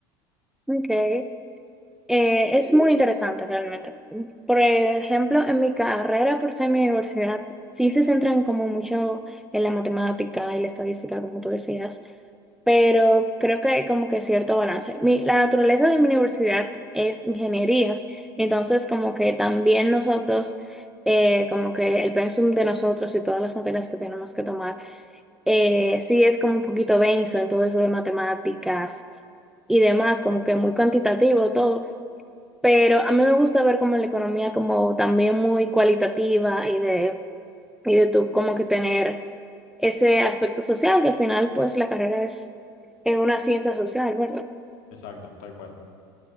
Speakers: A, in the centre; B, on the left (about 65°).
A: ok. Eh, es muy interesante realmente. Por ejemplo, en mi carrera, por ser mi universidad, sí se centran como mucho en la matemática y la estadística, como tú decías. pero creo que hay como que cierto balance. Mi- la naturaleza de mi universidad es ingenierías, entonces como que también nosotros, eh, como que el pensum de nosotros y todas las materias que tenemos que tomar, eh, sí es como un poquito denso en todo eso de matemáticas y demás, como que muy cuantitativo todo, pero a mí me gusta ver como la economía como también muy cualitativa y de y de tú como que tener ese aspecto social, que al final pues la carrera es, es una ciencia social, ¿verdad?
B: Exacto, tal cual.